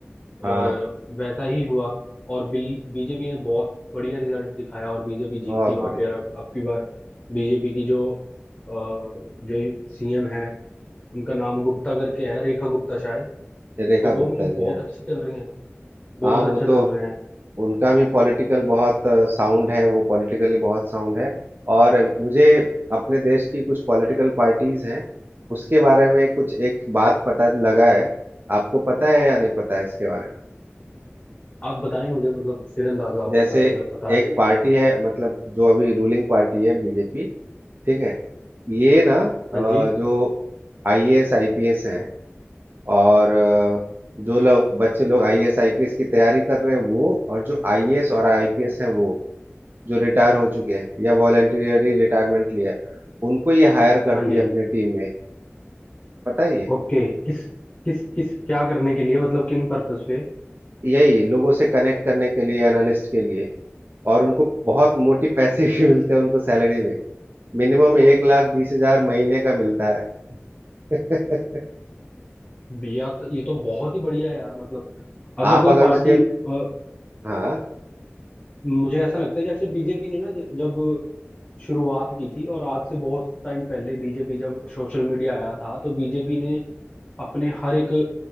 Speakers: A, on the right; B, on the left.
A: हाँ
B: और वैसा ही हुआ और बीजेपी ने बहुत बढ़िया रिजल्ट दिखाया और बीजेपी जीती
A: बहुत
B: वहां
A: बढ़िया
B: पे और अब अब की बार बीजेपी की जो अ, जो सीएम है उनका नाम गुप्ता करके है रेखा गुप्ता शायद
A: ये रेखा
B: तो वो
A: गुप्ता
B: मतलब
A: जी
B: बहुत
A: हैं
B: अच्छी चल रही हैं बहुत
A: हाँ वो
B: अच्छा
A: तो
B: चल रहे हैं
A: उनका भी पॉलिटिकल बहुत साउंड है वो पॉलिटिकली बहुत साउंड है और मुझे अपने देश की कुछ पॉलिटिकल पार्टीज हैं उसके बारे में कुछ एक बात पता लगा है आपको पता है या नहीं पता है इसके बारे में
B: आप बताएं मुझे मतलब फिर अंदाजा होगा
A: जैसे
B: पते का पता है
A: एक
B: कि नहीं
A: पार्टी है मतलब जो अभी रूलिंग पार्टी है बीजेपी ठीक है ये ना
B: हाँ
A: अ,
B: जी
A: जो आईएएस आईपीएस हैं और अ, जो लोग बच्चे लोग आईएएस आईपीएस की तैयारी कर रहे हैं वो और जो आईएएस और आईपीएस हैं वो जो रिटायर हो चुके हैं या वॉलंटियरली रिटायरमेंट लिया है उनको ये हायर करती
B: हाँ जी
A: है
B: हाँ
A: अपने
B: जी
A: टीम में पता है ये
B: ओके किस किस किस क्या करने के लिए मतलब किन पर्पस पे
A: यही लोगों से कनेक्ट करने के लिए एनालिस्ट के लिए और उनको बहुत मोटी पैसे भी मिलते हैं उनको सैलरी में मिनिमम एक लाख बीस हजार महीने का मिलता है <laughs>
B: या तो ये तो बहुत ही बढ़िया है यार मतलब अगर
A: आप
B: कोई
A: अगर
B: पार्टी
A: उसके
B: अ,
A: हाँ
B: मुझे ऐसा लगता है जैसे बीजेपी ने ना ज- जब शुरुआत की थी और आज से बहुत टाइम पहले बीजेपी जब सोशल मीडिया आया था तो बीजेपी ने अपने हर एक